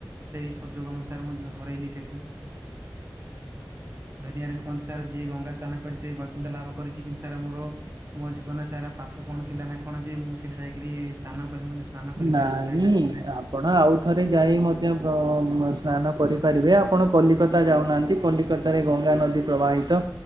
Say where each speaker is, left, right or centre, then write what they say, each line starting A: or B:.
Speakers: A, on the right (about 35°); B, on the right (about 70°).
A: ସେଇ ସୁଯୋଗ ମୁଁ ସାର ମୁଁ ହରେଇଲି ସେଠୁ। ଦୁନିଆରେ କଣ ସାର, ଯିଏ ଗଙ୍ଗା ସ୍ନାନ କରିଥିବ ପୁଣ୍ୟ ଲାଭ କରିଛି, କିନ୍ତୁ ସାର ମୋର, ମୋ ଜୀବନରେ ସାର ପାପ କଣ ଥିଲା ନା କଣ ଯେ ମୁଁ ସେଠି ରି ସ୍ନାନ କରି ମାନେ ସ୍ନାନ
B: ନାଇଁ
A: ନାହିଁ।
B: ଆ ଆପଣ ଆଉଥରେ ଯାଇ ମଧ୍ୟ ଭ୍ର ସ୍ନାନ କରିପାରିବେ, ଆପଣ କଲିକତା ଯାଉନାହାନ୍ତି କଲିକତା। ତାରେ ଗଙ୍ଗା ନଦୀ ପ୍ରବାହିତ,